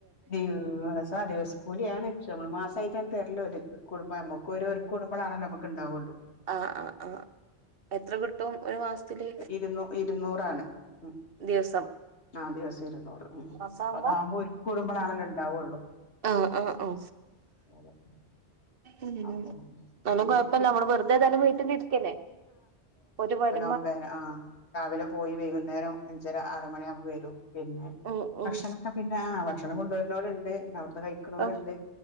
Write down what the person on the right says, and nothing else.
ആഹ് ആഹ് ആഹ് എത്ര കിട്ടും ഒരു മാസത്തില്
ദിവസം
മാസാവുമ്പോ
ആ ആ ആ
അങ്ങനെ
കൊഴപ്പമില്ല നമ്മള് വെറുതെ ഏതായാലും വീട്ടിലിരിക്കല്ലേ ഒരുപാട്
ഉം
ഉം
ആഹ്